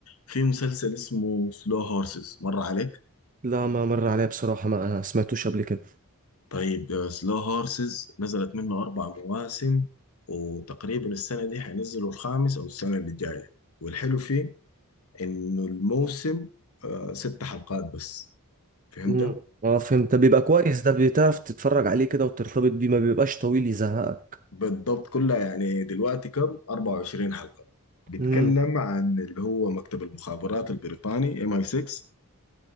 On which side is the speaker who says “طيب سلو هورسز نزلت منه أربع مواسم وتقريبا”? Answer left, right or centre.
Left